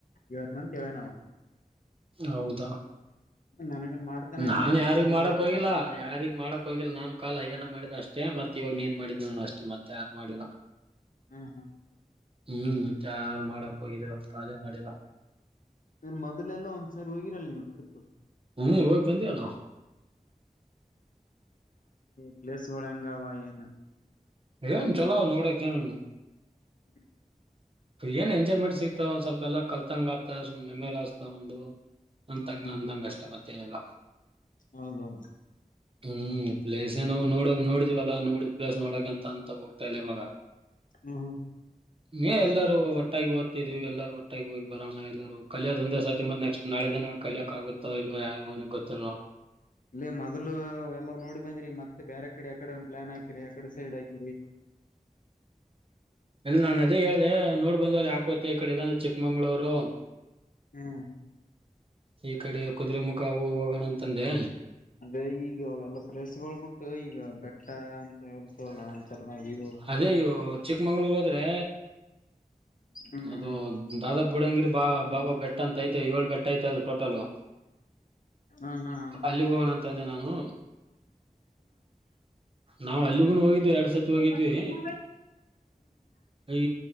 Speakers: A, on the left; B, on the right.
A: ಇವತ್ ಅಂತ ಹೇಳಿದ
B: ಹೌದಾ
A: ನನಗನ್ ಮಾಡ್ತಾನೆ
B: ನಾನ್
A: ನೀ ಇನ್ನೊಂದು
B: ಯಾರಿಗ್ ಮಾಡಕ್ ಹೋಗಿಲ್ಲ
A: ಸ್ವಲ್ಪ.
B: ಯಾರಿಗ್ ಮಾಡಕ್ ಹೋಗಿಲ್ಲ ನಾನು ಕಾಲ್ ಅಯ್ಯನ ಮಾಡಿದ ಅಷ್ಟೇ ಅಷ್ಟೇ ಮತ್ತೆ ಇವಾಗ ನೀನ್ ಮಾಡಿದ ನೋ ಅಷ್ಟೇ ಮತ್ತೆ ಯಾರು ಮಾಡಿಲ್ಲ
A: ಹ್ಮ್ ಹ್ಮ್
B: ಹ್ಮ್ ಮತ್ ಮಾಡಕ್ ಹೋಗಿಲ್ಲ ಕಾಲೇ ಮಾಡಿಲ್ಲ
A: ನೀನ್ ಮೊದಲೆಲ್ಲ ಒಂದ್ಸರಿ ಹೋಗಿರಲ್ ನೀವು ಟ್ರಿಪ್
B: ಹ್ಮ್ ಹೋಗ್ ಬಂದಿವಲ್ಲ
A: ಪ್ಲೇಸ್ ಗಳು ಹೆಂಗಾವ ಏನು
B: ಏನ್ ಚಲೋ ನೋಡಕ ಏನ್
A: <inaudible>
B: ಏನ್ ಎಂಜಾಯ್ಮೆಂಟ್ ಸಿಗ್ತಂದ ಸ್ವಲ್ಪ ಎಲ್ಲ ಕಲ್ತಂಗ ಆಗ್ತ ಮೆಮರಿ ತಕೊಂಡಡು ನನ್ನ
A: ಹ್ಮ್
B: ತಂಗ
A: ಹ್ಮ್
B: ಅಂದಂಗ ಅಷ್ಟೆ ಮತ್ತೇನಿಲ್ಲ
A: ಹೌದೌದು
B: ಹ್ಮ್ ಪ್ಲೇಸ್ ನಾವು ನೋಡ ನೋಡಿದಿವಲ್ಲಾ ನೋಡ ಪ್ಲೇಸ್ ನೋಡಕ್ಂತ ಅಂತ ಹೋಗ್ತಾ ಇಲ್ಲ ಇವಾಗ
A: ಹ್ಮ
B: ಹೇ
A: ಮತ್ತೆ
B: ಎಲ್ಲಾರೂ ಒಟ್ಟಾಗಿ ಓದ್ತಿದ್ ಎಲ್ಲೂ ಒಟ್ಟಾಗಿ ಹೋಗಿಬರೋಣ ಎಲ್ಲರು ಕಲಿಯೋದು ಒಂದೇ ಸತಿ ಮತ್ ನೆಕ್ಸ್ಟ್ ನಾಳೆ ದಿನ ಕಲಿಯೋಕೆ ಆಗುತ್ತ ಇಲ್ವೋ ಯಾವನಿಗೆ ಗೊತ್ತು
A: ಇಲ್ಲ ಮೊದ್ಲು ಎಲ್ಲಾ ನೋಡಿ ಬಂದ್ರಿ ಮತ್ತೆ ಬೇರೆ ಕಡೆ ಯಾಕಡೆ ಪ್ಲಾನ್ ಹಾಕಿರಿ ಯಾಕಡೆ ಸೈಡ್ ಹಾಕಿರಿ
B: ಇಲ್ಲ ನಾನು ಅದೇ ಹೇಳಿದೆ ಮತ್ತೆ ನೋಡ್ ಬಂದ ಯಾಕೋತ ಈ ಕಡೆ ಎಲ್ಲಂದ್ರೆ ಚಿಕ್ಕಮಂಗಳೂರು
A: ಹ್ಮ್
B: ಈ ಕಡೆ ಕುದುರೆೆಮುಖ ಅವು ಹೋಗೋಣ ಅಂತಂದೆ
A: ಅಂದ್ರೆ ಈಗ ಎಲ್ಲ ಪ್ಲೇಸ್ಗಳು ಬಿಟ್ಟು ಈಗ ಬೆಟ್ಟ ಎಂತವಲ್ಲ
B: ಹ
A: ಅಂತರ್ನಾಗಿ
B: ಅದೇ ಅಯ್ಯೋ ಚಿಕ್ಕಮಂಗಳೂರು ಹೋದ್ರೆ
A: ಹ್ಮ್
B: ಅದು
A: ಹ್ಮ್
B: ಬಾಬಾ ಬುಡೈಯನಗಿರಿ ಬಾಬಾ ಬೆಟ್ಟ ಅಂತ ಐತೆ ಏಳು ಬೆಟ್ಟ ಐತೆ ಅದು ಟೋಟಲ್
A: ಹ ಹಾ
B: ಅಲ್ಲಿಗ್ ಹೋಗೋಣ ಅಂತಂದೆ ನಾನು ನಾವ್ ಅಲ್ಲಿಗುನು ಹೋಗಿದ್ವಿ ಎರಡ್ ಸತಿ ಹೋಗಿದ್ವಿ
A: ಹ್ಮ್
B: ಈ